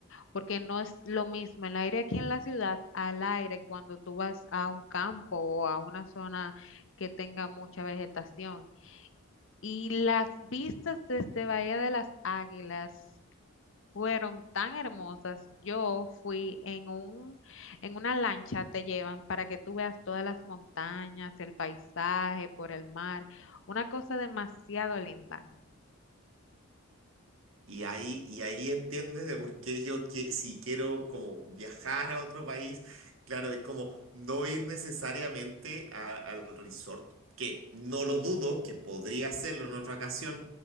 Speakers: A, on the left; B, on the right.
A: porque no es lo mismo el aire aquí en la ciudad al aire cuando tú vas a un campo o a una zona que tenga mucha vegetación. Y las vistas desde Bahía de las Águilas fueron tan hermosas. Yo fui en un, en una lancha, te llevan para que tú veas todas las montañas, el paisaje por el mar, una cosa demasiado linda.
B: Y ahí, y ahí entiendes de por qué yo que si quiero como viajar a otro país, claro, es como no ir necesariamente a- al resort, que no lo dudo, que podría hacerlo en otra ocasión,